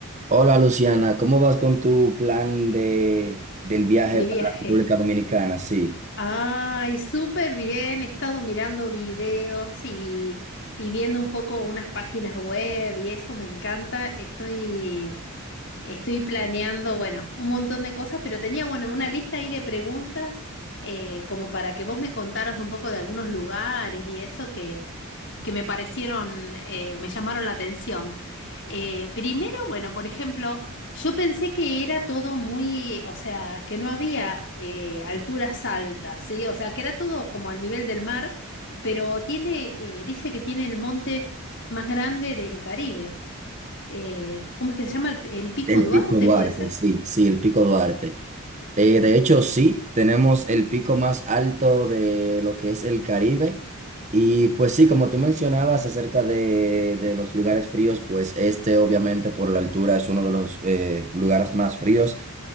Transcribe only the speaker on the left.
De
viaje.
Ay, súper bien. He estado mirando videos y, y viendo un poco unas páginas web y eso me encanta. Estoy, estoy planeando, bueno, un montón de cosas, pero tenía, bueno, una lista ahí de preguntas eh, como para que vos me contaras un poco de algunos lugares y eso que me parecieron, eh, me llamaron la atención. Eh, primero, bueno, por ejemplo, yo pensé que era todo muy, o sea, que no había eh, alturas altas, ¿sí? O sea, que era todo como al nivel del mar, pero tiene, eh, dice que tiene el monte más grande del Caribe. Eh, ¿cómo es que se llama? ¿El, el Pico
Duarte,
puede ser?